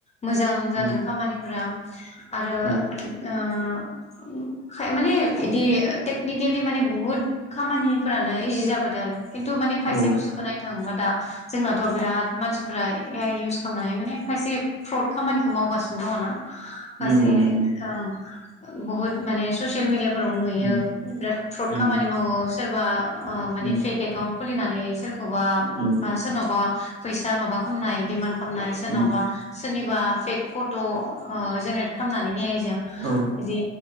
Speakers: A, on the left (about 20°); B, on the right (about 40°).
A: मोजां जादों
B: औ
A: खामानि। फोराब। आरो
B: औ
A: ओ। <unintelligible> माने इदि टेकनिकेलि माने बुहुत खामानिफोरानो इजि जाबोदों आरो। खिन्थु माने खायसे
B: औ
A: बस्थुखौ नायनो थाङोबा दा जोंनाथ' बिराद मानसिफ्रा ए आइ इउस खालामनानै माने खायसे फ्रड खामानिखौ मावगासिनो दङ ना? फारसे
B: नंगौ नंगौ
A: अंम। बहुत माने ससियेल मिडिया फोरावनो नुयो
B: उम
A: बिराद फ्रड
B: नंगौ
A: खामानि मावो सोरबा। आह माने
B: औ
A: फेक एकाउन्ट। खुलिनानै सोर सोरखौबा
B: औ
A: सोरनावबा फैसा माबा खालामनाय दिमान्द खालामनाय सोरनावबा
B: उम
A: सोरनिबा फेक फट' जेनेरेट खालामनानै ए आइ जों
B: औ
A: बिदि